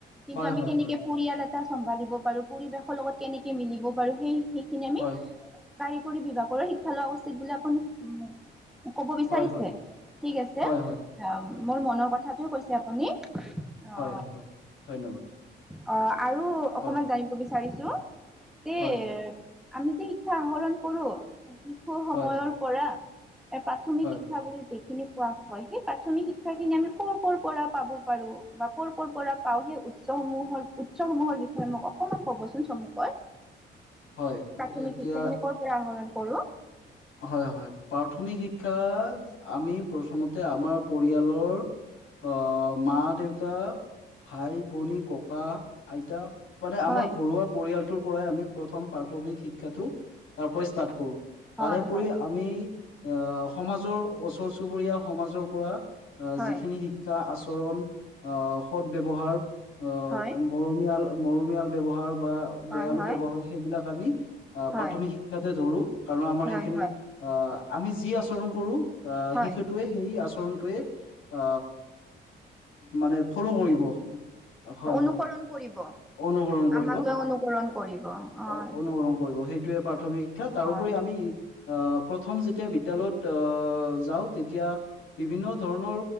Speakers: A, in the centre; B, on the left (about 80°).
A: কিন্তু
B: হয়
A: আমি
B: হয়
A: কেনেকে
B: হয়
A: পৰিয়াল এটা চম্ভালিব পাৰো, পৰিৱেশৰ লগত কেনেকে মিলিব পাৰো। সেই খিনি খিনি আমি
B: হয়
A: কাৰিকৰী বিভাগৰো শিক্ষা লোৱা উচিত বুলি আপুন উ কব বিচাৰিছে
B: হয় হয়
A: ঠিক আছে।
B: হয় হয়
A: অ
B: হয়
A: মোৰ মনৰ কথাটোও কৈছে আপুনি। অ
B: হয় হয় ধন্যবাদ।
A: অ আৰু অকমান
B: হয়
A: জানিব বিচাৰিছো যে
B: হয়
A: আমি যে শিক শিক্ষা আহৰণ কৰো শিশুৰ সময়ৰ
B: হয়
A: পৰা এ প্ৰাথমিক
B: হয়
A: শিক্ষা বুলি যি। পোৱা হয় সেই প্ৰাথমিক শিক্ষা খিনি আমি কৰ কৰ' পৰা পাব পাৰো বা কৰ কৰ' পৰা পাওঁ সেই। উৎসসমূহৰ উৎসসমূহৰ বিষয়ে মোক অকমান কবচোন চমুকৈ।
B: হয়
A: প্ৰাথমিক
B: এতিয়া
A: শিক্ষাখিনি কৰ পৰা আহৰণ কৰো।
B: হয় হয় প্ৰাথমিক শিক্ষা আমি প্ৰথমতে আমাৰ পৰিয়ালৰ। আহ মা দেউতা ভাই ভনী ককা আইতা। মানে আমাৰ
A: হয়
B: ঘৰুৱা পৰিয়ালটোৰ পৰাই আমি প্ৰথম প্ৰাথমিক শিক্ষাটো তাৰ পৰাই ষ্টাৰ্ট কৰো।
A: হয়
B: তাৰেপৰি
A: হয়
B: আমি আহ সমাজৰ ওচৰ চুবুৰীয়া সমাজৰ পৰা। আহ
A: হয়
B: যিখিনি শিক্ষা আচৰণ আহ সৎ ব্যৱহাৰ আহ
A: হয়
B: তম মৰমীয়াল মৰমিয়াল ব্যৱহাৰ বা
A: হয়
B: দয়ালু
A: হয়
B: ব্যৱহাৰ সেইবিলাক আমি
A: হয়
B: প্ৰাথমিক শিক্ষাতে ধৰো। কাৰণ আমাৰ
A: হয়
B: সেইখিনি
A: হয়
B: আহ আমি যি আচৰণ কৰো আহ
A: হয়
B: শিশুটোৱে সেই আচৰণটোৱে অ মানে ফল' কৰিব হয় হয়।
A: অনুসৰণ কৰিব
B: অনুসৰণ কৰিব,
A: আমাক লৈ অনুকৰণ কৰিব হয়
B: অ অনুসৰণ কৰিব, সেইটোৱে প্ৰাথমিক শিক্ষা তাৰোপৰি
A: হয়
B: আমি অ', প্ৰথম যেতিয়া বিদ্যালয়ত অ যাও, তেতিয়া বিভিন্ন ধৰণৰ